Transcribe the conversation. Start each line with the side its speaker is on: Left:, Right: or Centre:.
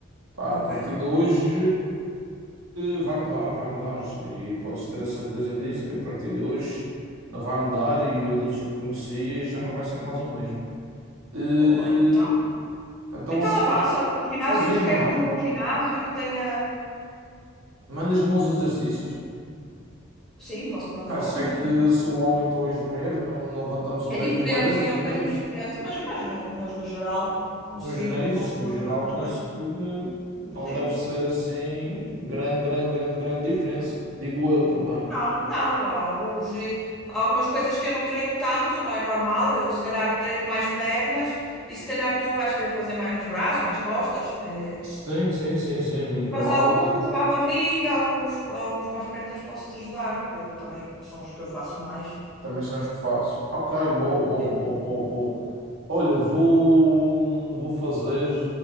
Right: pá,
Centre: ok.
Right: a partir de hoje eh, vai mudar, vai mudar. E podes ter a certeza disso, que a partir de hoje não vai mudar e o luxo que conhecia já não vai ser mais o mesmo. Eh,
Centre: Boa, então.
Right: então
Centre: Então
Right: assim,
Centre: avança, para o ginásio,
Right: sozinho,
Centre: inscreve-te
Right: não
Centre: num
Right: é?
Centre: bom ginásio que tenha.
Right: Mandas-me uns exercícios.
Centre: Sim, posso-te mandar
Right: Ah,
Centre: alguns,
Right: sei que
Centre: sim.
Right: sou homem, estou és mulher não, não levantamos o
Centre: É
Right: mesmo
Centre: Ok. diferente,
Right: peso,
Centre: sim, é um
Right: mas
Centre: bocadinho diferente, mas, mas, no, mas no geral conseguimos,
Right: no geral,
Centre: posso-te
Right: no
Centre: mandar
Right: geral
Centre: algumas
Right: penso
Centre: coisas.
Right: que não
Centre: Sim.
Right: deve ser assim grande, grande, grande, grande diferença. Digo eu também.
Centre: Não, não, há alguns, e- há algumas coisas que eu não treino tanto, não é normal. Eu se calhar treino mais pernas e se calhar tu vais querer fazer mais braço, mais costas. É.
Right: Sim, sim, sim, sim, muito provavelmente.
Centre: Mas há alguns para a barriga, alguns, alguns para as pernas posso-te ajudar, que também que são os que eu faço mais.
Right: Também são os que fazes. Ok, boa, boa,
Centre: Sim,
Right: boa, boa, boa. Olha, vou, vou fazer.